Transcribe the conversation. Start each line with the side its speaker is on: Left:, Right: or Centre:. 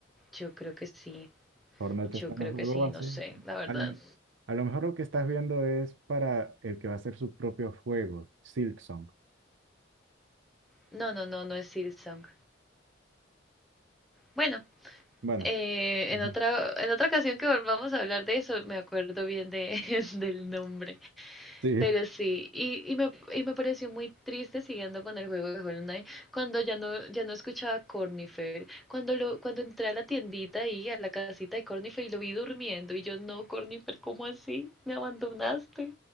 Centre: Yo creo que sí.
Right: Hornet
Centre: Yo
Right: está en
Centre: creo
Right: el juego
Centre: que sí,
Right: base.
Centre: no sé, la verdad.
Right: A lo, a lo mejor lo que estás viendo es para el que va a hacer su propio juego, Silksong.
Centre: No, no, no, no es Silksong. Bueno,
Right: Bueno,
Centre: eh,
Right: ujú,
Centre: en otra, en otra ocasión que volvamos a hablar de eso, me acuerdo bien de, <laughs> del nombre.
Right: sí,
Centre: Pero sí, y, y, me, y me pareció muy triste siguiendo con el juego de Hollow Knight, cuando ya no, ya no escuchaba a Cornifer, cuando lo, cuando entré a la tiendita ahí, a la casita de Cornifer y lo vi durmiendo, y yo no, Cornifer, ¿cómo así? Me abandonaste,